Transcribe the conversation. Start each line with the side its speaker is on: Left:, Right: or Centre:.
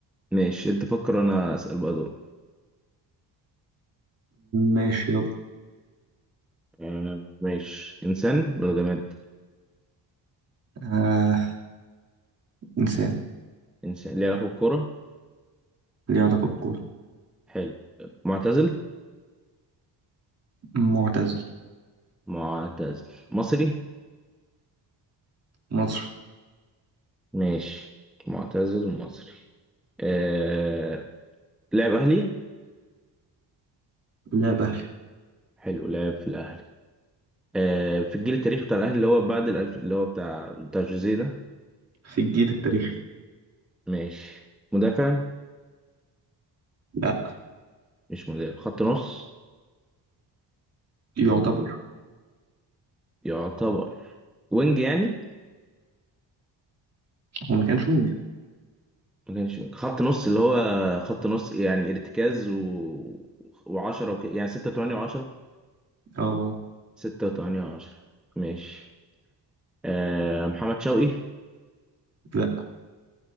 Centre: ماشي انت فكر انا اسأل بقى دول
Right: ماشي يلا
Centre: آه، ماشي انسان ولا جماد
Right: آه. إنسان
Centre: انسان ليه علاقة بالكورة
Right: ليه علاقة بالكورة
Centre: حلو معتزل
Right: معتزل
Centre: معتزل مصري
Right: مصري
Centre: ماشي معتزل ومصري آه... لعب اهلي
Right: لاعب أهلي
Centre: حلو لعب في الاهلي آه... في الجيل التاريخي بتاع الاهلي اللي هو بعد الالف اللي هو بتاع بتاع جوزيه ده
Right: في الجيل التاريخي
Centre: ماشي مدافع
Right: لا
Centre: مش مدافع خط نص
Right: يعتبر
Centre: يعتبر وينج يعني
Right: هو ما كانش ممكن
Centre: ما كانش خط نص اللي هو خط نص يعني ارتكاز و... وعشرة وك... يعني ستة وتمانية وعشرة
Right: اه
Centre: ستة وتمانية وعشرة ماشي آه محمد شوقي
Right: لا